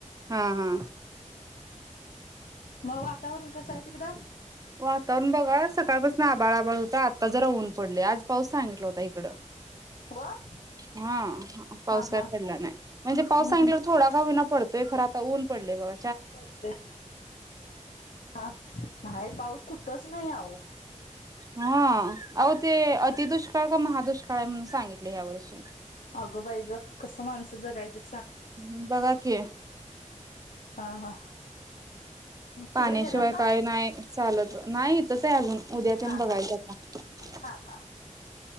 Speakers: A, on the right; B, on the left.
A: हा हा
B: मग वातावरण कस आहे तिकडं,
A: वातावरण बघा सकाळपासून आभाळ आभाळ होत. आता, आता जरा होऊन पडले आज पाऊस सांगितला होता इकड
B: हो हा
A: हा पाऊस काय
B: हा
A: पडला नाही म्हणजे पाऊस
B: हम्
A: सांगला
B: हम्
A: तर थोडा का विना पड ते खर आता ऊन पडले बघ
B: पडले नाही पाऊस कुठंच नाही आह
A: हा आ ते अति दुष्काळ का महादुष्काळ आहे म्हणून सांगितले ह्या वर्षी
B: अगं बाई ग कसं माणसं जगायच
A: ह् बघा की
B: हा हा!
A: पाण्याशिवाय
B: तिकडे गेलासा
A: काय नाही. चालत नाही तसं आहे अजून? उद्याच्यान
B: हा
A: बघायचा
B: हा
A: आता
B: हा हा